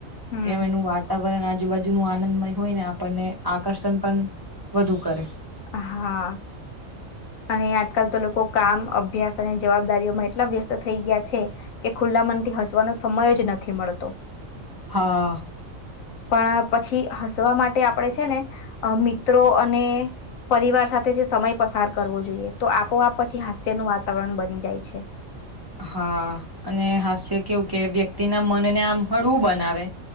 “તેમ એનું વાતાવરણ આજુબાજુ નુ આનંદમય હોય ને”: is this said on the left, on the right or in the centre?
Right